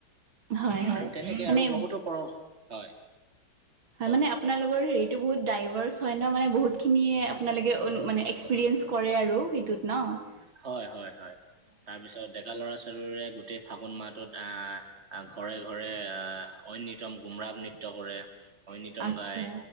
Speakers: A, on the right; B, on the right.
A: হয় হয়
B: আৰু তেনেকে
A: মানে
B: আৰু বহুতো পৰম হয়।
A: হয়
B: কওক
A: মানে
B: আপুনি
A: আপোনালোকৰ
B: কওক
A: হেই সেই টো বহুত ডাইভৰচ হয় ন মানে বহুতখিনিয়ে আপোনালোকে মানে এক্সপিৰিয়েঞ্চ কৰে আৰু সেইটোত ন।
B: হয় হয় হয় তাৰপিছত ডেকা ল'ৰা -ছোৱালীৰে গোটেই ফাগুন মাহটোত আহ আহ ঘৰে ঘৰে আহ ঐনিতম গুমৰাপ নৃত্যয় কৰে। ঐনিতম
A: আচ্ছা
B: গাই